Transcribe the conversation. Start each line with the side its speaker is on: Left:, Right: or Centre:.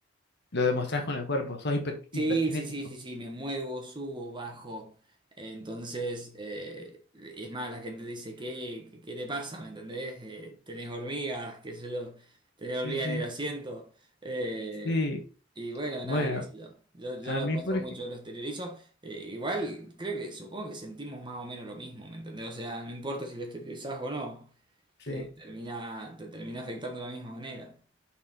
Left: lo
Right: co-
Left: demostrás con el cuerpo, sos hiper-
Right: Sí,
Left: hiperkinético.
Right: sí, sí, sí, sí, me muevo, subo, bajo. Entonces, eh, es más, la gente dice, ¿qué, qué, qué te pasa? ¿Me entendés? Eh, tenés hormigas, qué sé yo, tenés hormigas
Left: Sí, sí,
Right: en el asiento. Eh,
Left: sí.
Right: Y bueno,
Left: Bueno,
Right: nada, qué sé yo. Yo, yo
Left: a
Right: lo
Left: mí,
Right: demuestro
Left: por ejemplo,
Right: mucho, lo exteriorizo. Eh, igual, creo que, supongo que sentimos más o menos lo mismo, ¿me entendés? O sea, no importa si lo exteriorizás o no,
Left: sí,
Right: te termina, te termina afectando de la misma manera